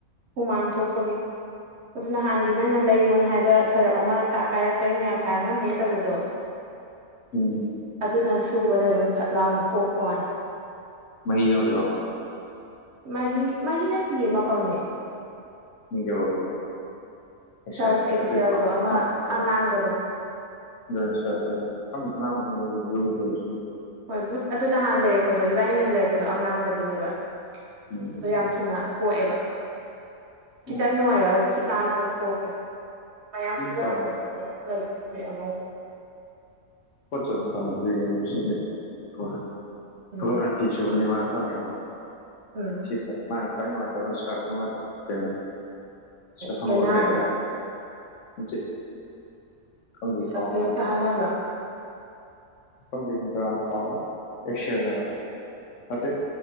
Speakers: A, on the right; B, on the left.
A: ꯍꯨꯃꯥꯡ ꯊꯣꯛꯄꯒꯤ ꯑꯗꯨ ꯅꯍꯥꯟꯒꯤ ꯅꯪꯅ ꯂꯩꯌꯣꯅ ꯍꯥꯏꯕ ꯁꯔꯞ ꯑꯃ ꯇꯥꯞ ꯄꯥꯏꯔꯛꯄ ꯑꯩꯅ ꯌꯥꯝ ꯇꯥꯉꯝꯃꯦ ꯇꯧꯕꯗꯣ
B: ꯎꯝ
A: ꯑꯗꯨꯅ ꯁꯨꯕꯗ ꯑꯗꯨꯝ ꯐꯠ ꯂꯥꯎꯅ ꯀꯣꯛꯄꯥꯎꯅꯦ
B: ꯃꯍꯤ ꯌꯥꯎꯗꯨꯔꯣ
A: ꯃꯍꯤ ꯃꯍꯤ ꯅꯠꯇꯤꯌꯦ ꯃꯄꯪꯅꯦ
B: <unintelligible>
A: ꯁꯔꯐ ꯑꯦꯛꯁꯦꯜꯗꯣ ꯑꯃ ꯑꯉꯥꯡꯕꯗꯣ
B: <unintelligible>
A: ꯍꯣꯏ ꯕꯨꯜ ꯑꯗꯨ ꯅꯍꯥꯟ ꯂꯩꯔꯛꯄꯗꯣ ꯏꯕꯥꯅꯤꯅ ꯂꯩꯔꯛꯄꯗꯣ ꯑꯉꯥꯡꯕꯗꯨꯅꯦꯕ
B: ꯎꯝ
A: ꯑꯗꯣ ꯌꯥꯝ ꯊꯨꯅ ꯀꯣꯛꯑꯦꯕ ꯈꯤꯇꯪ
B: ꯎꯝ
A: ꯅꯣꯏꯔꯒ ꯁꯤꯠ ꯅꯥꯟꯅ ꯑꯗꯨꯝ ꯀꯣꯛꯈ꯭ꯔꯦ ꯃꯌꯥꯝ
B: ꯑꯗꯨꯝ
A: ꯁꯨꯖꯔꯝꯃꯖꯨ
B: ꯐꯪ
A: ꯑꯗꯨꯝ ꯂꯩꯕꯅꯦ ꯐꯨꯔꯤꯠ ꯑꯉꯧꯕ
B: <unintelligible>
A: ꯎꯝ ꯎꯝ
B: <unintelligible> ꯃꯥꯅ ꯈ꯭ꯋꯥꯏ ꯅꯨꯡꯉꯥꯏꯇꯕ ꯁꯔꯞ ꯑꯃꯥ ꯀꯩꯅꯣꯗꯣ <unintelligible>
A: ꯐꯦꯅꯥꯗꯨꯔꯥ
B: ꯅꯠꯇꯦ ꯈꯪꯗꯦ
A: ꯁꯞꯐꯦꯠꯀ
B: ꯀꯥꯎꯔꯦ
A: ꯍꯥꯏꯅꯕ꯭ꯔꯥ
B: ꯈꯪꯗꯦ ꯕ꯭ꯔꯥꯟ ꯀꯥꯎꯒꯦ ꯑꯦꯛꯁꯦꯜꯗꯔꯣ ꯅꯠꯇꯦ